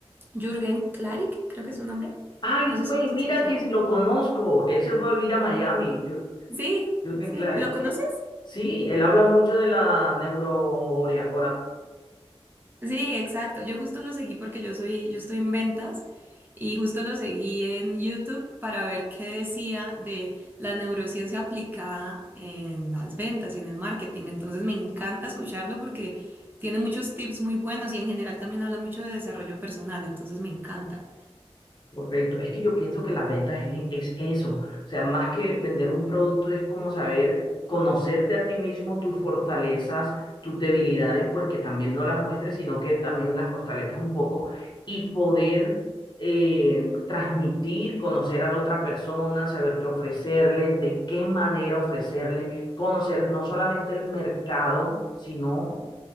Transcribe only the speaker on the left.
Ay,
güey,
mira
que lo conozco. Él se fue a vivir a Miami,
Jürgen
Clary.
Sí, él habla mucho de la neurooratoria.
Correcto. Es que yo pienso que las ventas es, es eso. O sea, más que vender un producto es como saber conocerte a ti mismo, tus fortalezas, tus debilidades, porque también no las muestres, sino que también las fortalezcas un poco y poder eh, transmitir, conocer a la otra persona, saber qué ofrecerle, de qué manera ofrecerle, conocer no solamente el mercado, sino